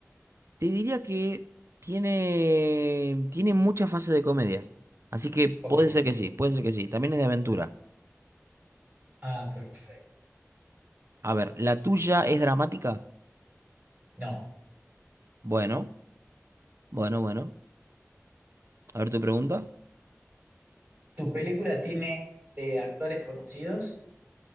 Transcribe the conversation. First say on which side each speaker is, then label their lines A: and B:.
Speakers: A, on the right; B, on the right.
A: Te diría que tiene, tiene muchas fases de comedia. Así que puede
B: Ok.
A: ser que sí, puede ser que sí. También es de aventura.
B: Ah, perfecto.
A: A ver, ¿la tuya es dramática?
B: No.
A: Bueno, bueno, bueno. A ver tu pregunta.
B: ¿Tu película tiene eh, actores conocidos?